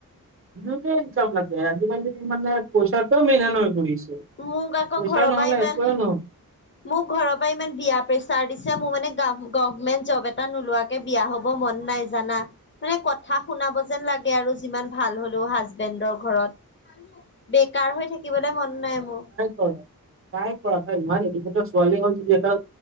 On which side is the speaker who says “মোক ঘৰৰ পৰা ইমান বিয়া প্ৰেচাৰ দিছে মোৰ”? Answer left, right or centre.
Left